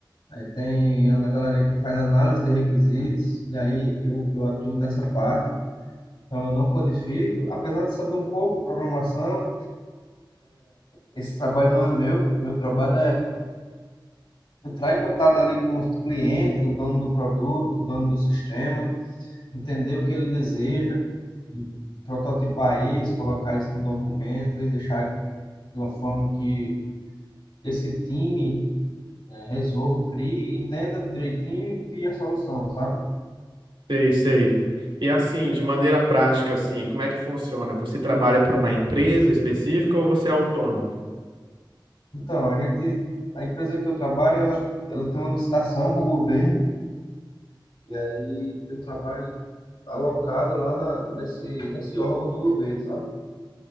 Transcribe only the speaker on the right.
Sei, sei. E assim, de maneira prática, assim, como é que funciona? Você trabalha para uma empresa específica ou você é autônomo?